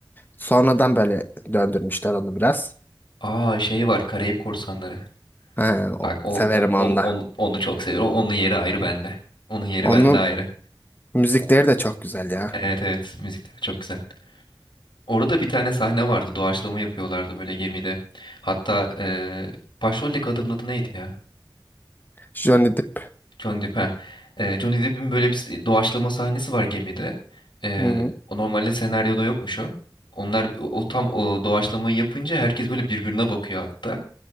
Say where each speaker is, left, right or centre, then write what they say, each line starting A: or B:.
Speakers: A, on the left; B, on the left.
A: Sonradan böyle döndürmüşler onu biraz.
B: Aa şey var Karayip Korsanları.
A: Ha, o-
B: Bak o,
A: severim
B: o- onu,
A: onu da.
B: onu, onu çok seviyorum. Onun yeri ayrı bende. Onun yeri
A: Onun
B: bende ayrı.
A: müzikleri de çok güzel ya.
B: Evet evet müzikleri çok güzel. Orada bir tane sahne vardı. Doğaçlama yapıyorlardı böyle gemide. Hatta e, başroldeki adamın adı neydi ya?
A: Johnny Depp
B: Johnny Depp. he. Ee, Johnny Depp'in böyle bir s- doğaçlama sahnesi var gemide. Ee,
A: hı hı,
B: o normalde senaryoda yokmuş o. Onlar o tam o doğaçlamayı yapınca herkes böyle birbirine bakıyor hatta.